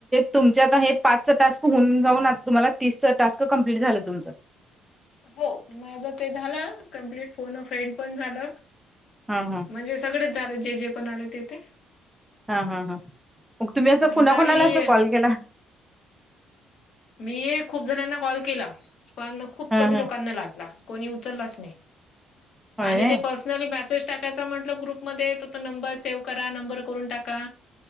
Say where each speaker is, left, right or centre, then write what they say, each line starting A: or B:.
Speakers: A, in the centre; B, on the left.
A: तुमचे आता हे पाच टास्क होऊन जाऊन आ तुम्हाला तीसच टास्क कम्प्लीट झालं तुमचं
B: हो माझं ते झालं कंप्लीट फोन अ फ्रेंड पण झालं
A: हं हं
B: म्हणजे सगळेच झाले जे जे पण आले ते ते
A: हा, हा, हा, मग तुम्ही असं
B: पण
A: कुणाकुणाला
B: काही
A: असं कॉल केला??
B: मी खूप जणांना कॉल केला पण खूप
A: ह
B: कमी
A: ह
B: लोकांना लागला कोणी उचललाच नाही
A: होय
B: आणि
A: नाही
B: ते पस नली मसेज टाकायचा म्हटलं ग्रुप मध्ये तर तो नंबर सेव्ह करा नंबर करून टाका